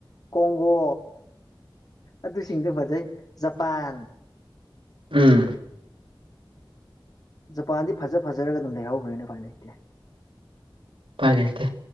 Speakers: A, on the left; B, on the right.
A: ꯀꯣꯡꯒꯣ ꯑꯗꯨꯁꯤꯡꯗꯣ ꯐꯖꯩ ꯖꯄꯥꯟ
B: ꯎꯝ
A: ꯖꯄꯥꯟꯗꯤ ꯐꯖ ꯐꯖꯔꯒ ꯗꯨꯝ ꯂꯩꯍꯧꯒꯔ꯭ꯦꯅꯦ ꯎꯄꯥꯏ ꯂꯩꯇꯦ꯫
B: ꯥꯄꯥꯏ ꯂꯩꯇꯦ